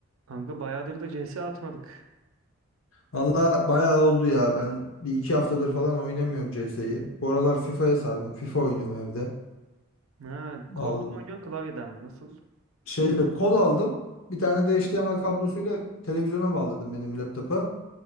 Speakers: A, on the right (about 70°); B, on the left (about 70°).
A: Kanka bayağıdır da CS atmadık.
B: Valla bayağı oldu ya. Ben bir iki haftadır falan oynamıyorum CS'yi. Bu aralar FIFA'ya sardım. FIFA oynuyorum evde.
A: Ha, kolla
B: al
A: mı oynuyorsun klavyeden mi? Nasıl?
B: şeyle kol aldım. Bir tane de HDMI kablosuyla televizyona bağladım benim laptopa.